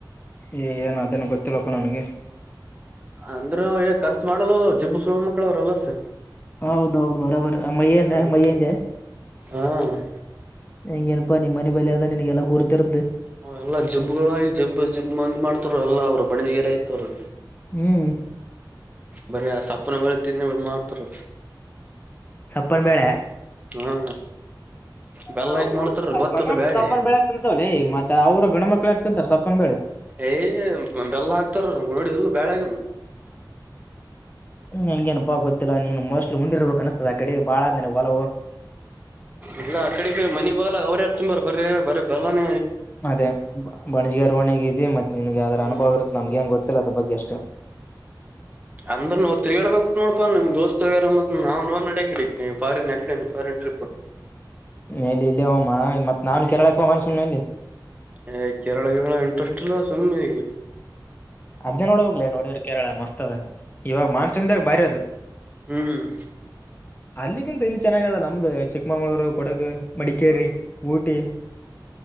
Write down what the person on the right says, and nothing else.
ಅಂದ್ರ ರ್ಚು ಮಾಡಲ್ಲವ ಜಿಬು ಸುಳ್ <unintelligible> ಮಕ್ಳ ಅವ್ರ ಅಲಸ
ಹ
ಹ
ಹ ಎಲ್ಲಾ ಜಿಬ್ಗಳಾಗಿ ಜಬ್ ಜಿಬ್ ಮಂದ್ ಮಾಡ್ತವ ಎಲ್ಲ ಅವರು ಬಣಿಜ್ಗೀರ ಐತವರು
ಬರ ಸಪ್ಪನ ಬೆಳೆ ತಿಿಂದ ಮಾಡ್ತಾರ
ಹಾ ಬೆಲ್ಲ
ಹಾಕಿ ಮಾಡ್ತಾರ
ಗೊತ್ತಲ್ಲ
ಬ್ಯಾಳಿ
ಏಯ್ ಬೆಲ್ಲ ಹಾಕ್ತಾರ ನೋಡಿದಲ್ಲ ಬ್ಯಾಳ್ಯಾಗ
ಇಲ್ಲ ಆ ಕಡೆಗೆ ಮನಿ ಬಾಗಲ ಅವ್ರ ಎಲ್ಲ ತುಂಬಾರ ಬರ್ರ ಬರ ಬೆಲ್ಲಾನ
ಹಾ
ಅಂದ್ರ ನೋ ತಿರುಗಾಡಬೇಕಕ್ ನೋಡ್ಪಾ ನಿಮ್ ದೋಸ್ತ್್ಯಾರ ಮತ್ ನಾವು ನ್ ನಡಡಾರಿಿನ ಟ್ರಿಪ್
ಹ ಕೇರಳಲ್ಲ ಇಂಟ್ರೆಸ್ಟ್ ಇಲ್ಲ ಸುಮ್ಮಿ
ಹ್ಮ್
ಹ